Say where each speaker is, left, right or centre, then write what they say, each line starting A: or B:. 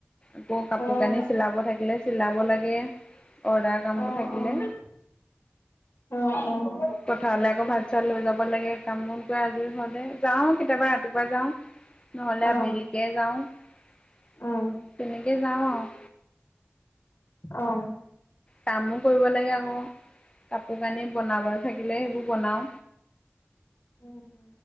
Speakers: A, on the left; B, on the left.
A: আকৌ কাপোৰ
B: অ',
A: কানি চিলাব থাকিলে চিলাব লাগে। অৰ্ডাৰ
B: অ'
A: কামবোৰ থাকিলে
B: অ', অ'
A: পথাৰলে আকৌ ভাত চাত লৈ যাব লাগে, কাম বন কৰি আজৰি হওঁতে, যাওঁ কেতিয়াবা ৰাতিপুৱা যাওঁ। নহ'লে
B: অ',
A: আবেলিকে যাওঁ
B: অ',
A: তেনেকে যাওঁ আউ।
B: অ'
A: কামো কৰিব লাগে আকৌ, কাপোৰ কানি বনাব থাকিলে সেইবোৰ বনাওঁ।
B: উম।